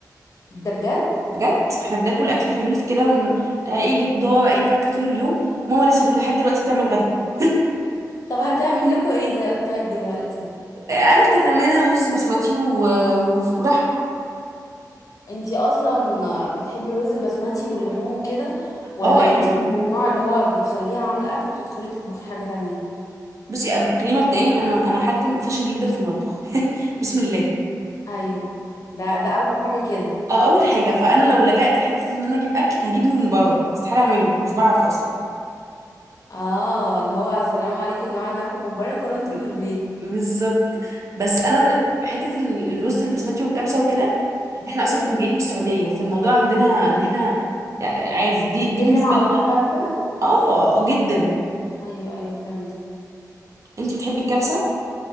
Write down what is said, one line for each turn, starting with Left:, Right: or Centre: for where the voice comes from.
Left: ده بجد
Right: بجد احنا بناكل اكل خفيف كده ون... اي خضار اي فاكهه طول اليوم ماما لسه دلوقتي لحد دلوقتي بتعمل غدا <laughs>
Left: طب هتعمل لكم ايه ده طيب دلوقتي
Right: قالت هتعملنا رز بسمتي و... ولحمه
Left: انتي اصلا بتحبي الرز البسمتي واللحوم وكده ولا
Right: اه يعني
Left: انتي <laughs> من النوع اللي هو بتخليها عامله اكل وتدخلي تطبخي حاجه تانية
Right: بصي أم- خلينا مبدئيا انا انا حد فاشل جدا في المطبخ <laughs> بسم الله
Left: ايوه ده ده اول حاجه كده
Right: اه اول حاجه فانا لو لجأت لحته ان انا اجيب اكل هجيبه من بره استحاله اعمله مش بعرف اصلا
Left: اه اللي هو السلام عليكم يا جماعه انا هاكل من بره كورنتو
Right: ب-
Left: من البيت
Right: بالظبط بس انا حته ال- الرز البسمتي والكبسه وكده احنا اصلا
Left: هم
Right: كنا جايين من السعوديه فالموضوع عندنا ان احنا يعني عادي دي
Left: لازم
Right: دي بالنسبه
Left: على
Right: لنا
Left: طول كبسه
Right: اه آه، جدا
Left: ايوه ايوه فهمتك
Right: انتي بتحبي الكبسه